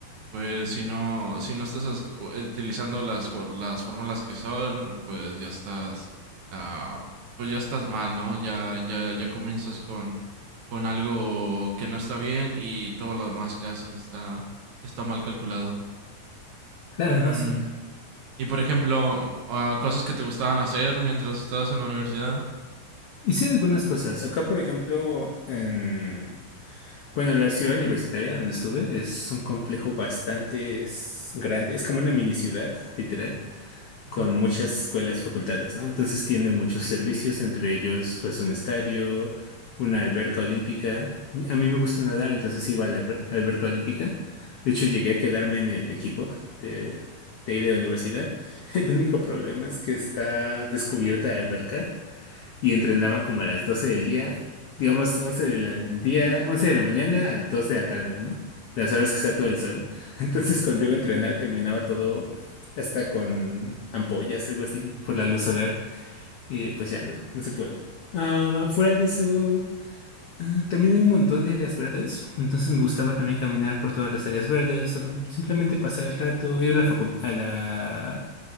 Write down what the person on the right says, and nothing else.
pues si no, si no estás as- u- utilizando las, co- las fórmulas que son, pues ya estás ah, pues ya estás mal, ¿no? Ya, ya, ya comienzas con, con algo que no está bien y todo lo demás que haces está, está mal calculado.
Mm,
y por ejemplo, ah, cosas que te gustaban hacer mientras estabas en la universidad.
Ajá.